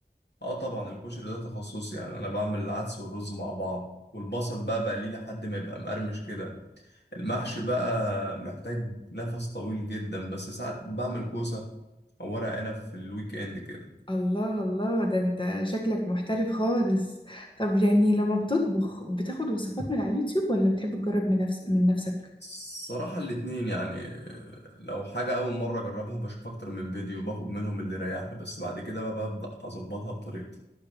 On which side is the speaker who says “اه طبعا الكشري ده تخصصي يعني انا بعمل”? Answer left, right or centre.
Left